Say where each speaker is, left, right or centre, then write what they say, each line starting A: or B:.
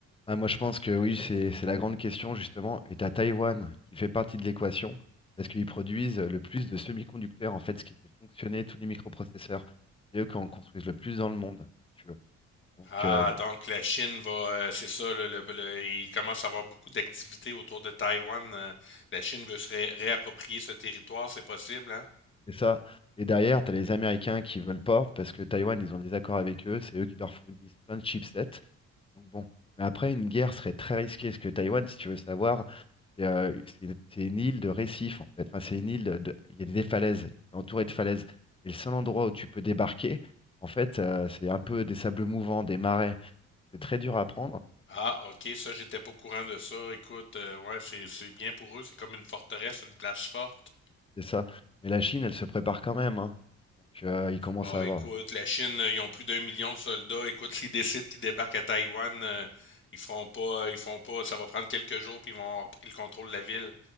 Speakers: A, on the left (about 20°); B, on the left (about 40°).
A: ah, moi, je pense que oui, c'est c'est la grande question, justement. Et t'as Taïwan qui fait partie de l'équation parce qu'ils produisent euh, le plus de semi-conducteurs, en fait, ce qui fait fonctionner tous les microprocesseurs. C'est eux qui en construisent le plus dans le monde, si tu veux. Donc,
B: Ah,
A: euh,
B: donc la Chine va, euh, c'est ça, là, le- le- il commence à avoir beaucoup d'activités autour de Taïwan. euh, la Chine veut se ré- réapproprier ce territoire, c'est possible, hein?
A: C'est ça. Et derrière, tu as les Américains qui veulent pas parce que Taïwan, ils ont des accords avec eux, c'est eux qui leur fournissent plein de chipsets. Donc bon, mais après, une guerre serait très risquée parce que Taïwan, si tu veux savoir, c'est euh, c'est une c'est une île de récifs en fait. Enfin, c'est une île de, de- il y a des falaises, c'est entouré de falaises. Et le seul endroit où tu peux débarquer, en fait, euh, c'est un peu des sables mouvants, des marais. C'est très dur à prendre,
B: Ah, ok, ça, j'étais pas au courant de ça. Écoute, euh, ouais, c'est, c'est bien pour eux, c'est comme une forteresse, une place forte.
A: c'est ça. Mais la Chine, elle se prépare quand même, hein. Donc euh, ils commencent
B: Ah,
A: à avoir.
B: écoute, la Chine, euh, ils ont plus d'un million de soldats. Écoute, s'ils décident qu'ils débarquent à Taïwan, euh, ils feront pas, ils font pas. Ça va prendre quelques jours, puis ils vont avoir pris le contrôle de la ville.